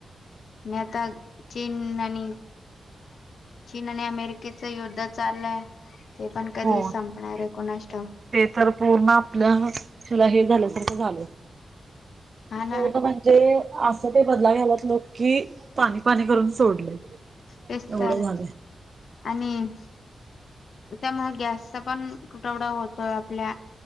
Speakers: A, on the left; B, on the right.
A: मी आता चीन आणि. चीन आणि अमेरिकेच युद्ध. युद्ध चाललंय. ते पण कधी
B: हो
A: संपणार
B: ते
A: आहे कुणास ठाऊक
B: तर पूर्ण आपल्या हे. झाल्यासारख झालं.
A: हा
B: सड
A: ना
B: म्हणजे असं ते बदला घ्याला न नोकी पाणी पाणी करून सोडले एवढं
A: तेच तर
B: झालं
A: आणि त्यामुळे गॅसचा पण तुटवडा होतो आपल्या